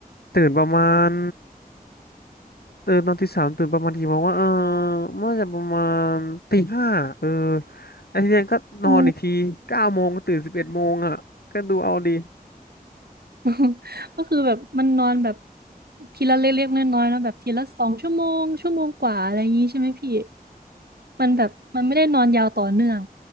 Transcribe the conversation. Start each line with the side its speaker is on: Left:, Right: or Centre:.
Left: ตื่นประมาณ ตื่นตอนที่สามตื่นประมาณกี่โมงว่าเออเมื่อจะประมาณตีห้าเออไอ้ทีเนี้ยก็นอนอีกทีเก้าโมงก็ตื่นสิบเอ็ดโมงอ่ะก็ดูเอาดี
Right: โอ้ <laughs> ก็คือแบบมันนอนแบบทีละเล็กๆน้อยๆเนาะแบบทีละสองชั่วโมงชั่วโมงกว่าอะไรอย่างงี้ใช่ไหมพี่มันแบบมันไม่ได้นอนยาวต่อเนื่อง